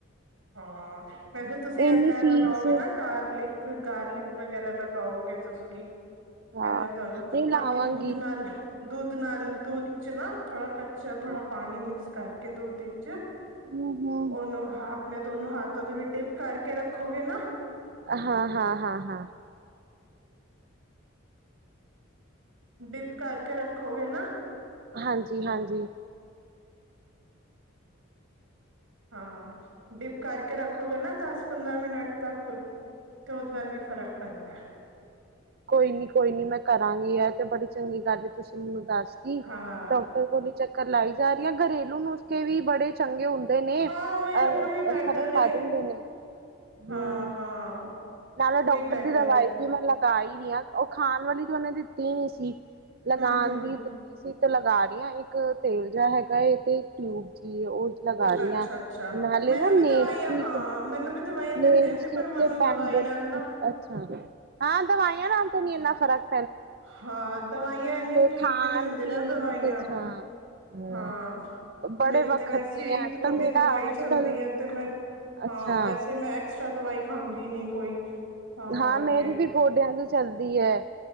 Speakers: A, on the right (about 70°); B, on the right (about 45°).
A: ਹਾਂ ਵੈਸੇ ਤੁਸੀਂ
B: ਇੰਨੀ
A: ਏ
B: ਫੀਸ
A: ਲਗਾਓਗੇ
B: ਏ।
A: ਨਾ ਗਾਰਲਿਕ ਗਾਰਲਿਕ ਵਗੈਰਾ ਲਗਾਓਗੇ ਤੁਸੀਂ,
B: ਹਾਂ
A: ਪਹਿਲਾਂ ਤੁਹਾਨੂੰ
B: ਨਹੀਂ ਲਾਵਾਂਗੀ
A: ਬਾਕੀ ਤੂੰਤ ਨਾਲ, ਦੁੱਧ ਨਾਲ ਦੁੱਧ ਚ ਨਾ ਥੋੜਾ ਕੱਟ ਵਿੱਚ ਥੋੜ੍ਹਾ
B: ਹਮ
A: ਪਾਣੀ ਮਿਕਸ ਕਰ ਕੇ ਦੂਧ ਦੀ, ਚ
B: ਹਮ
A: ਉਹਨੂੰ ਹਾ, ਆਪਣੇ ਦੋਨੋ ਹੱਥ ਓਹਦੇ ਵਿੱਚ ਡਿਪ ਕਰਕੇ ਰੱਖੋਗੇ ਨਾ।
B: ਹਾਂ, ਹਾਂ, ਹਾਂ, ਹਾਂ।
A: ਡਿਪ ਕਰਕੇ ਰੱਖੋਗੇ ਨਾ।
B: ਹਾਂਜੀ-ਹਾਂਜੀ।
A: ਹਾਂ ਡਿਪ ਕਰਕੇ ਰੱਖੋਗੇ ਨਾ ਦਸ ਪੰਦਰਾਂ ਮਿੰਟ ਤੱਕ, ਤੇ ਉਹਦੇ ਨਾਲ ਵੀ ਫ਼ਰਕ ਪੈਂਦੈ।
B: ਕੋਈ ਨੀ ਕੋਈ ਨੀ ਮੈਂ ਕਰਾਂਗੀ ਇਹ ਤੇ ਬੜੀ ਚੰਗੀ ਗੱਲ ਏ ਤੁਸੀਂ ਮੈਨੂੰ ਦੱਸਤੀ
A: ਹਾਂ
B: ਡਾਕਟਰ ਕੋਲ ਹੀ ਚੱਕ ਕਰ ਲਾਈ ਜਾ ਰਹੀ ਹੈ ਘਰੇਲੂ ਨੁਸਖੇ ਵੀ ਬੜੇ ਚੰਗੇ ਹੁੰਦੇ ਨੇ
A: ਹਾਂ ਉਹੀ
B: ਅ
A: ਉਹੀ ਬੈਟਰ
B: ਫ਼ਰਕ ਪਾ
A: ਏ
B: ਦਿੰਦੇ ਨੇ, ਹੂੰ
A: ਹਾਂ ਹਾਂ
B: ਨਾਲੇ ਡਾਕਟਰ
A: ਉਹੀ ਬੈਟਰ
B: ਦੀ ਦਵਾਈ
A: ਹੈ
B: ਵੀ ਮਤਲਬ ਘਾ ਈ ਰੀ ਆ, ਔ ਖਾਣ ਵਾਲੀ ਤੇ ਔਨੇ ਦਿੱਤੀ ਨੀ ਸੀ। ਲਗਾਣ
A: ਹਮ ਹਮ
B: ਦੀ ਦਿੱਤੀ ਸੀ। ਤੇ ਲਗਾ ਰੀ ਆਂ ਇੱਕ ਤੇਲ ਜਾ ਹੈਗਾ ਏ, ਤੇ ਇਕ ਟਿਊਬ ਜੀ ਉਹ ਲਗਾ ਰਹੀ
A: ਅੱਛਾ-ਅੱਛਾ,
B: ਹਾਂ ਨਾਲੇ
A: ਮੈਨੂੰ
B: ਨਾ
A: ਵੀ
B: ਨੇਲਸ
A: ਦਵਾਈਆਂ
B: ਦੀ
A: ਹਾਂ,
B: ਇੱਕ
A: ਮੈਨੂੰ ਵੀ ਦਵਾਈਆਂ ਦਿੱਤੀਆਂ
B: ਨੇਲਸ
A: ਸੀ
B: ਦੇ
A: ਪਰ
B: ਉੱਤੇ
A: ਮੈਨੂੰ
B: ਬੈਂਡੀਜ
A: ਦਵਾਈ ਨਾਲ
B: ਜੀ
A: ਨਾ
B: ਦਿਤ, ਅੱਛਾ, ਹਾਂ ਦਵਾਈਆਂ ਨਾਲ ਤੇ ਨੀ ਇਨਾ ਫਰਕ
A: ਹਾਂ, ਦਵਾਈਆਂ ਇਨੀ ਠੀਕ
B: ਖਾਣ
A: ਵੀ ਨੀ ਹੁੰਦੀ
B: ਪੀਣ
A: ਨਾ ਦਵਾਈਆਂ
B: ਤੇ ਹਾਂ। ਹਮ
A: ਹਾਂ,
B: ਬੜੇ
A: ਮੇਰੀ
B: ਵਕਤ
A: ਤੇ ਵੈਸੇ
B: ਨੇ
A: ਈ
B: ਅੱਜ
A: ਓਦੀ
B: ਕੱਲ ਮੇਰਾ
A: ਦਵਾਈ
B: ਅੱਜ
A: ਚੱਲਦੀ
B: ਕੱਲ
A: ਐ ਤੇ ਮੈਂ ਹਾਂ
B: ਅੱਛਾ
A: ਵੈਸੇ ਮੈਂ 'ਚ ਦਵਾਈ ਖਾਂਦੀ ਨੀ ਕੋਈ ਤਾਂ ਕਰਕੇ
B: ਹਾਂ ਮੇਰੀ ਵੀ ਗੋਡਿਆਂ ਦੀ ਚੱਲਦੀ ਐ।